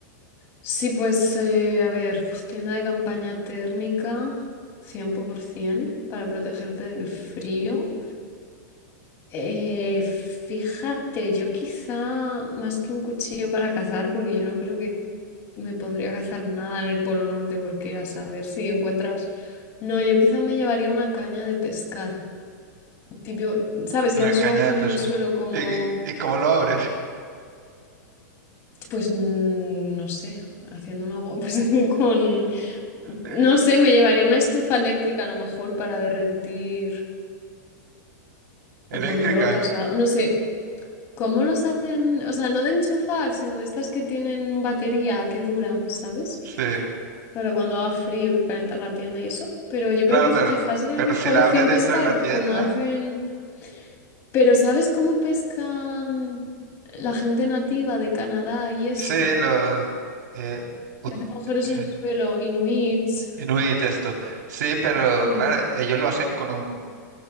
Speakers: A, on the left; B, on the right.
A: Sí, pues, eh, a ver, pues, tienda de campaña térmica, 100%, para protegerte del frío. Eh, fíjate, yo quizá más que un cuchillo para cazar, porque yo no creo que me pondría a cazar nada en el Polo Norte, porque a saber si encuentras... No, yo quizá me llevaría una caña de pescar. Tipo, ¿sabes?
B: Una
A: Que haces
B: caña
A: un agujero
B: de pesca.
A: en el suelo como...
B: ¿Y, y cómo lo abres?
A: Pues mm, no sé, haciendo un agua, <laughs> pues con...
B: Eh,
A: No sé, me llevaría una estufa eléctrica a lo mejor para derretir
B: Eléctrica.
A: o con rocas o algo, no sé. ¿Cómo los hacen? O sea, no de enchufar, sino de estas que tienen batería que dura, ¿sabes?
B: Sí.
A: Para cuando haga frío y calentar la tienda y eso. Pero yo
B: Claro,
A: creo que
B: pero,
A: quizás sería
B: pero
A: una mejor
B: si la
A: opción
B: abres dentro
A: pescar,
B: de la tienda,
A: como hacen... Pero ¿sabes cómo pescan la gente nativa de Canadá y eso?
B: sí, los eh, ut-
A: Hacen agujeros
B: eh,
A: en el suelo, inuits.
B: Inuit esto. Sí, pero
A: Sí.
B: claro, ellos lo hacen con un,